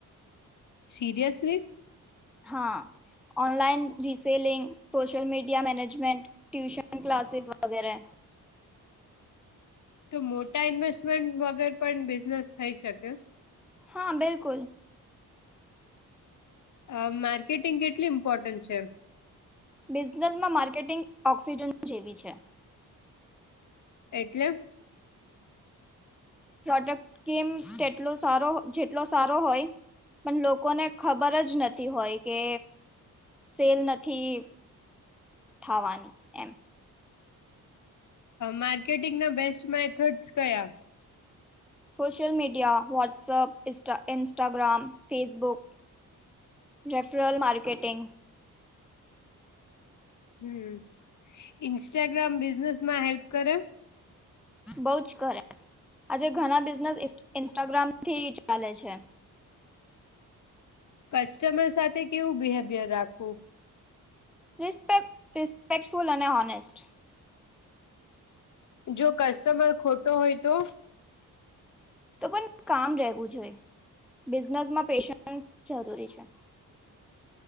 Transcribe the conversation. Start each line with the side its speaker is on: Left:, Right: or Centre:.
Left: સીરયસલી
Centre: હા online reselling social media management tuition classes વગેરે
Left: તો મોટા ઇન્વેસ્ટમેન્ટ વગર પણ બિઝનેસ થઈ શકે
Centre: હા બિલકુલ
Left: અ માર્કેટિંગ કેટલી ઇમ્પોર્ટન્ટ છે
Centre: બિઝનેસમાં માર્કેટિંગ ઓક્સિજન જેવી છે
Left: એટલે
Centre: પ્રોડક્ટ કેમ જેટલો સારો જેટલો સારો હોય પણ લોકોને ખબર જ નથી હોય કે સેલ નથી થવાની એમ
Left: માર્કેટિંગના બેસ્ટ મેથડ્સ કયા
Centre: social media WhatsApp Instagram Facebook referral marketing
Left: હમ ઇન્સ્ટાગ્રામ બિઝનેસ માં હેલ્પ કરે
Centre: બઉ જ કરે આજે ઘણા બિઝનેસ ઇન્સ્ટાગ્રામ થી ચાલે છે
Left: કસ્ટમર સાથે કેવું બિહેવિયર રાખવું
Centre: રિસ્પેક રિસ્પેક્ટફુલ અને હોનેસ્ટ
Left: જો કસ્ટમર ખોટો હોય તો
Centre: તો પણ કામ રહેવું જોઈ બિઝનેસમાં પેશન્સ જરૂરી છે